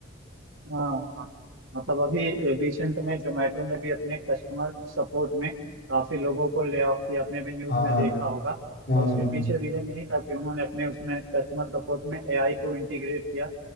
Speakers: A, on the right; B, on the left.
A: हाँ हाँ। मतलब अभी रिसेंट में जोमेटो ने भी अपने कस्टमर सपोर्ट में काफी लोगों को ले ऑफ किया आपने भी न्यूज
B: हाँ
A: में देखा होगा
B: हाँ
A: और उसके
B: हाँ
A: पीछे रीजन यही था कि उन्होंने अपने उसमें कस्टमर सपोर्ट में एआई को इंटीग्रेट किया